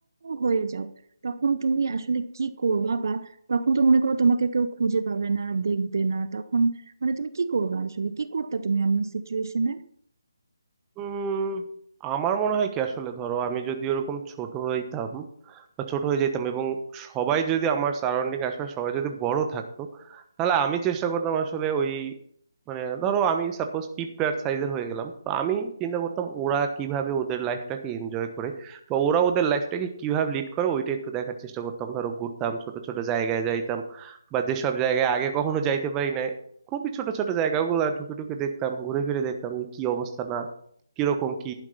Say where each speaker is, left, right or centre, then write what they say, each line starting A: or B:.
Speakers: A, on the right; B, on the right.
A: হয়ে যাও তখন তুমি আসলে কি করবা বা তখন তো মনে করো তোমাকে কেউ খুঁজে পাবে না দেখবে না তখন মানে তুমি কি করবা আসলে কি করতে তুমি এমন সিচুয়েশনে
B: উম আমার মনে হয় কি আসলে ধরো আমি যদি ওরকম ছোট হইতাম বা ছোট হয়ে যেতাম এবং সবাই যদি আমার সারাউন্ডিং আশপাশ সবাই যদি বড় থাকতো তাহলে আমি চেষ্টা করতাম আসলে ওই মানে ধরো আমি সাপোজ পিঁপড়ার সাইজের হয়ে গেলাম তো আমি চিন্তা করতাম ওরা কিভাবে ওদের লাইফটাকে এনজয় করে বা ওরা ওদের লাইফটাকে কিভাবে লিড করে ওইটা একটু দেখার চেষ্টা করতাম ধরো ঘুরতাম ছোট ছোট জায়গায় যাইতাম বা যেসব জায়গায় আগে কখনো যাইতে পারি নাই খুবই ছোট ছোট জায়গাগুলো ঢুকে ঢুকে দেখতাম ঘুরে ফিরে দেখতাম যে কি অবস্থা না কিরকম কি